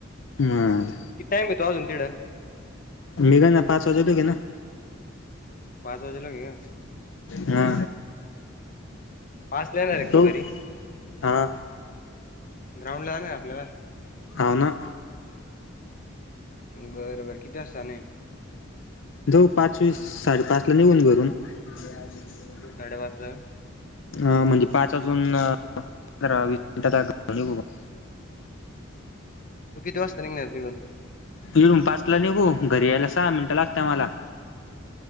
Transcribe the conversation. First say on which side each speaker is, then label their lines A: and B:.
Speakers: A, on the left; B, on the left.
A: मला
B: किती टाइम आहे, अजून तेढं.
A: मघ ना पाच वाजे तो घे ना.
B: पाच वाजेलाे का?
A: हा
B: पाच नाही येणार एकटू
A: जाऊ
B: घरी.
A: हा.
B: ग्राउंड ला जा ना आपल्याला.
A: अव ना.
B: बरं-बरं किती वाजता जाणे.
A: जाऊ पाच वीस, साडेपाच ला निेघन घरून. <inaudible>
B: साडेपाच ला का?
A: अ म्हणजे पाच वाजून पंधरा, वीस मिनटात निघू बाबा.
B: तू किती वाजता निघणार तडून.
A: इरूम पाचला निघु, घरी यायला सहा मिनटं लागत मला.